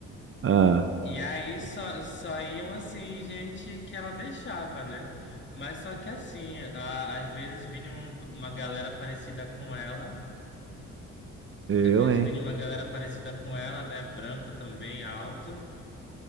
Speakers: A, on the right; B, on the left.
A: Ah,
B: E aí só, só iam assim, gente que ela deixava, né? Mas só que assim, a- às vezes vinha um- uma galera parecida com ela,
A: eu,
B: às vezes
A: hein?
B: vinha uma galera parecida com ela, né? Branco também, alto,